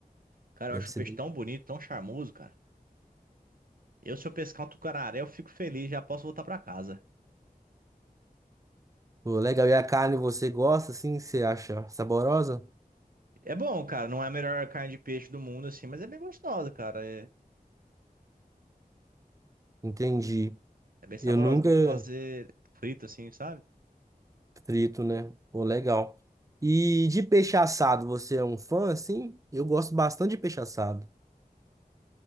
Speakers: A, on the right; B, on the right.
A: Cara,
B: Deve
A: eu acho
B: ser
A: o peixe
B: bem.
A: tão bonito, tão charmoso, cara. Eu, se eu pescar um tucunaré, eu fico feliz, já posso voltar pra casa.
B: Pô, legal. E a carne você gosta, assim? Você acha saborosa?
A: É bom, cara. Não é a melhor carne de peixe do mundo, assim, mas é bem gostosa, cara. É,
B: Entendi.
A: é bem saborosa.
B: Eu nunca.
A: É bom pra fazer frito, assim, sabe?
B: Frito, né? Pô, legal. E de peixe assado, você é um fã, assim? Eu gosto bastante de peixe assado.